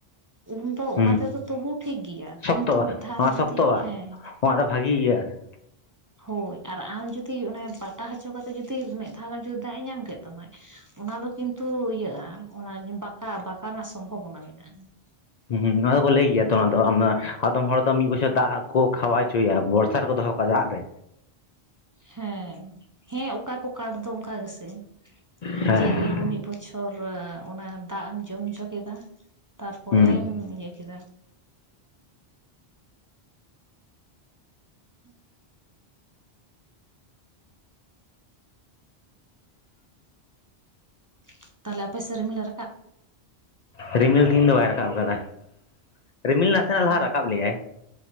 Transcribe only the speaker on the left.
ᱦᱩᱸ
ᱥᱚᱠᱛᱚᱜᱼᱟ
ᱱᱚᱣᱟ
ᱥᱚᱠᱛᱚᱜᱼᱟ
<inaudible> ᱫᱚ ᱵᱷᱟᱜᱤ ᱤᱭᱟᱜᱼᱟ ᱾
ᱦᱩᱸ, ᱦᱩᱸ, ᱱᱚᱣᱟ ᱫᱚᱠᱚ ᱞᱟᱹᱭ ᱜᱮᱭᱟ ᱛᱚ, ᱚᱱᱟ ᱫᱚ ᱟᱻᱟᱫᱚᱢ ᱦᱚᱲ ᱫᱚ ᱢᱤᱫ ᱵᱚᱪᱷᱚᱨ ᱫᱟᱜ ᱠᱚ, ᱠᱷᱟᱣᱟᱣ ᱪᱚᱭᱟ ᱾ ᱵᱚᱨᱥᱟ ᱨᱮᱠᱚ ᱫᱚᱦᱚ ᱠᱚ ᱚᱠᱟ ᱫᱟᱜ ᱨᱮ?
ᱦᱮᱸ
ᱦᱩᱸ
ᱨᱤᱢᱤᱞ ᱛᱷᱤᱦᱤᱱ ᱫᱚ, ᱵᱟᱭ ᱨᱟᱠᱟᱵ ᱟᱠᱟᱫᱟ? ᱨᱤᱢᱤᱞ ᱱᱟ ᱱᱟᱥᱮᱱᱟᱜ, ᱞᱟᱦᱟ
ᱨᱟᱠᱟᱵ ᱞᱮᱼᱟᱭ